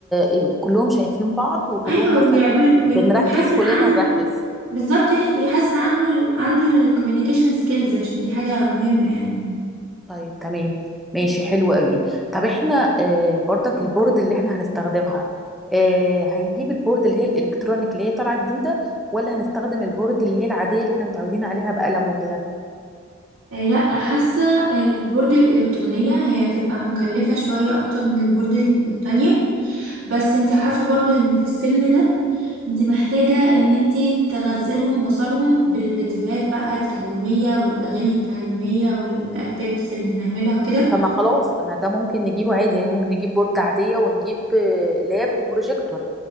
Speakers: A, in the centre; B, on the right.
A: يبقوا كلهم شايفين بعض وكلهم
B: ايوه
A: مثلا
B: ويعمل
A: ايه
B: ويبقوا
A: بنركز
B: بيحسن
A: كلنا
B: عنهم
A: نركز
B: بالظبط يح- يحسن عنه عنده الكوميونيكيشن سكيلز عشان دي حاجة مهمة يعني
A: طيب تمام ماشي حلو قوي طب احنا آه برضك البورد اللي احنا هنستخدمها آه هنجيب البورد اللي هي الالكترونيك اللي هي طالعه جديده ولا هنستخدم البورد اللي هي العاديه اللي احنا متعودين عليها بقلم وكده
B: آه، لا حاسة البورد الإلكترونية هي هتبقى مكلفة شوية أكتر من البورد التانية بس انتي عارفة برضو ان في السن ده انت محتاجة ان انت تغزلهم بصرهم بالفيديوهات بقى التعليمية والاغاني التعليمية والاكتيفيتيز اللي هنعملها وكده
A: طب ما خلاص طب ما ده ممكن نجيبه عادي يعني ممكن نجيب بورد عادية ونجيب آه، لاب وبروجيكتور